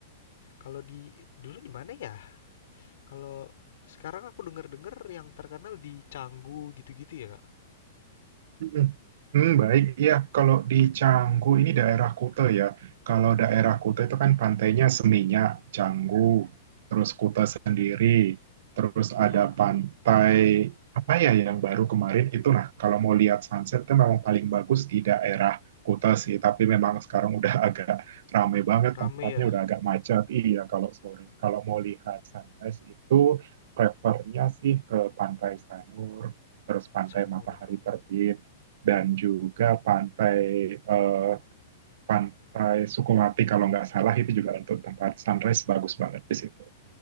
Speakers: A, on the left (about 60°); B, on the right (about 50°).
A: Kalau di dulu di mana ya? Kalau sekarang aku denger-denger yang terkenal di Canggu gitu-gitu ya, Kak?
B: Hmm, Hmm, baik, ya. Kalau di Canggu ini daerah Kuta ya. Kalau daerah
A: Mm,
B: Kuta itu kan pantainya Seminyak, Canggu, terus Kuta sendiri, terus
A: iya,
B: ada pantai apa ya yang baru kemarin itu. Nah, kalau mau lihat sunset itu memang paling bagus di daerah Kuta sih. Tapi memang sekarang udah <laughs> agak rame banget
A: rame
B: tempatnya,
A: ya.
B: udah agak macet. Iya, kalau sore, kalau mau lihat sunrise itu prefernya sih ke Pantai Sanur terus pantai
A: Sanur.
B: matahari terbit dan juga pantai eh, pantai Sukumati kalau nggak salah itu juga untuk tempat sunrise bagus banget di situ.